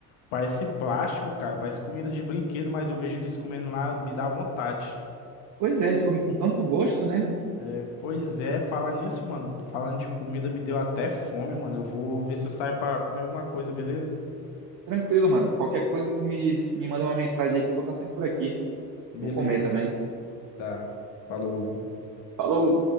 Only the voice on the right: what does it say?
Pois é, eles comem com tanto gosto, né?
Tranquilo, mano. Qualquer coisa, tu me, me manda uma mensagem aí que eu vou estar sempre por aqui.
Vou comer também.
Falou!